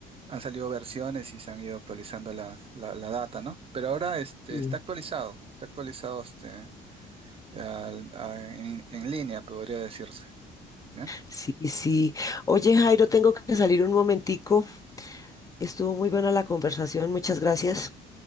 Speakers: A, on the right; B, on the left.
A: han salido versiones y se han ido actualizando las- la, la data, ¿no? Pero ahora este,
B: Sí.
A: está actualizado, está actualizado este, al- a- en, en línea, podría decirse. ¿bien?
B: Sí, sí. Oye, Jairo, tengo que salir un momentico. Estuvo muy buena la conversación. Muchas gracias.